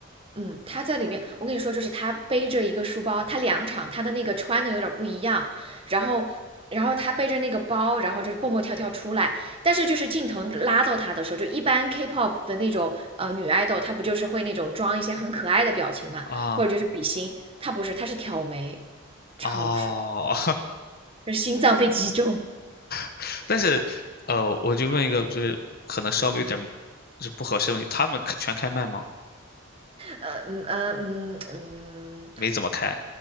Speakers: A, on the right; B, on the left.
A: 嗯，他在里面，我跟你说，就是他背着一个书包，他两场他的那个穿的有点不一样，然后，然后他背着那个包，然后就是蹦蹦跳跳出来，但是就是镜头拉到他的时候，就一般 K-pop 的那种呃女爱豆，她不就是会那种装一些很可爱的表情嘛，
B: 啊
A: 或者就是比心，她不是，她是挑眉，超帅，
B: 哦，
A: 就是心脏被击中。
B: <laughs> 但是呃，我就问一个，就是可能稍微有点就是不合适的问题，他们全开麦吗？
A: 呃嗯呃嗯嗯，
B: 没怎么开。